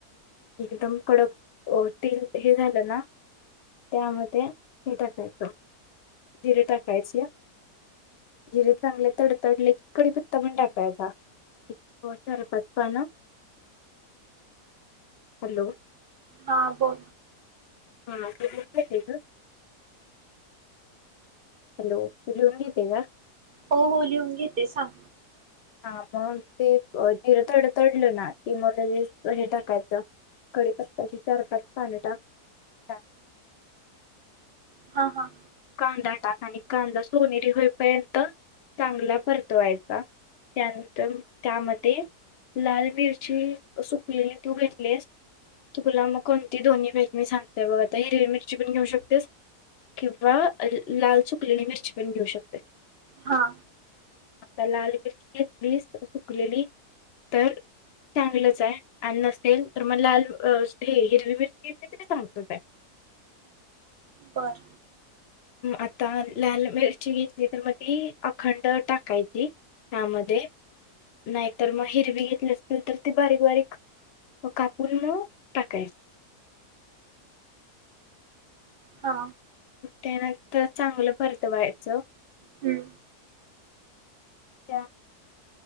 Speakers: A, on the left; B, on the right.
A: एकदम कडक अ तेल हे झालं ना त्यामध्ये हे टाकायचं जिरे टाकायचे या जिरे चांगले तडतडले कडीपत्ता पण टाकायचा चार पाच पान हॅलो
B: हा ब
A: हाे हॅलो तू लिहून घेते का
B: हो हो लिहून घेते सांग
A: हा मग ते जिर तड तडलं ना की मगे हे टाकायचं कडीपत्ताची चार पाच पान टाक
B: हा हा.
A: कदाार आणि कांदा सोनेरी होईपर्यंत चांगला परतवायचा त्यानंतर त्यामध्ये लाल मिरची सुकलेली तू घेतलेस तुुला मग कोणती दोन्ही भेट मी सांगताय बघ आता हिरवी मिरची पण घेऊ शकतेस किंवा लाल सुकलेली मिरची पण घेऊ शकतेस
B: हा
A: आता लाल र सुकलेली तर चांगलंच आहे आणि नसेल तर मग लाल हिरवी मिरची असली तरी चांगतच आहे
B: पर
A: आता लाल मिरची घेतली तर मग ती अखंड टाकायची त्यामध्ये नाहीतर मग हिरवी घेतली असतीलल तर ती बारीक बारीक कापून मग टाकायची
B: हा
A: ते नत चांगलं पररतवायचं
B: हम्म,
A: त्या